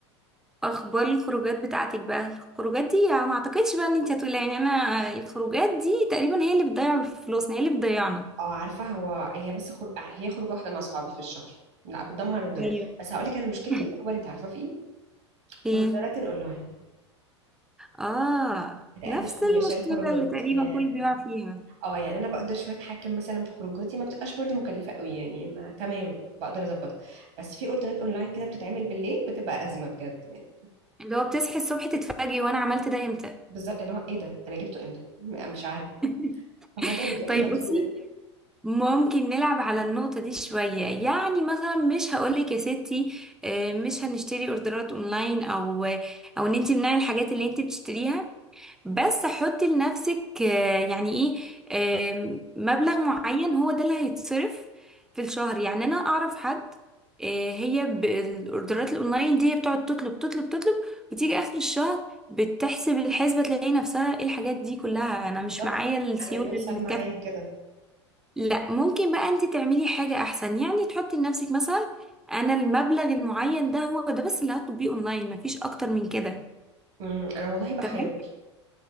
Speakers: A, in the centre; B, on the right.
A: اخبار الخروجات بتاعتك بقى الخروجات دي يعني ما اعتقدش بقى ان انت هتقولي يعني انا الخروجات دي تقريبا هي اللي بتضيع فلوسنا هي اللي بتضيعنا
B: اه عارفه هو هي بس خر... آه، هي خروجه واحده مع اصحابي في الشهر لا بتدمر الدنيا
A: ايوه
B: بس هقول لك انا مشكلتي
A: <laughs>
B: الاكبر انت عارفه في ايه
A: ايه
B: اوردرات اونلاين
A: اه
B: لا،
A: نفس
B: مش
A: المشكلة
B: مش الخروجات
A: اللي تقريبا
B: يعني
A: كل بيقع فيها
B: اه يعني انا بقدر شويه اتحكم مثلا في خروجاتي ما بتبقاش برضو مكلفه قوي يعني ما تمام بقدر اظبطها بس في اوردرات اونلاين كده بتتعمل بالليل بتبقى ازمه بجد يعني
A: اللي هو بتصحي الصبح تتفاجئي وانا عملت ده امتى
B: بالظبط اللي هو ايه ده انا جبته امتى م- مش عارفه
A: <laughs>
B: ففجاه بتلاقيكي
A: طيب
B: مديونه
A: بصي ممكن نلعب على النقطة دي شوية يعني مثلا مش هقولك يا ستي آه، مش هنشتري اوردرات اونلاين او آه، او ان انت منعي الحاجات اللي انت بتشتريها بس حطي لنفسك آه، يعني ايه آه، مبلغ معين هو ده اللي هيتصرف في الشهر يعني انا اعرف حد آه، هي بالاوردرات الاونلاين دي هي بتقعد تطلب تطلب تطلب بتيجي اخر الشهر بتحسب الحسبة تلاقي نفسها ايه الحاجات دي كلها انا مش
B: بالظبط
A: معايا السيولة
B: انا بيحصل
A: اللي
B: معايا
A: تكفي
B: كده
A: لا ممكن بقى انت تعملي حاجة احسن يعني تحطي لنفسك مثلا انا المبلغ المعين ده هو ده بس اللي هتطبقيه اونلاين مفيش اكتر من كده
B: امم انا والله بحاول
A: تمام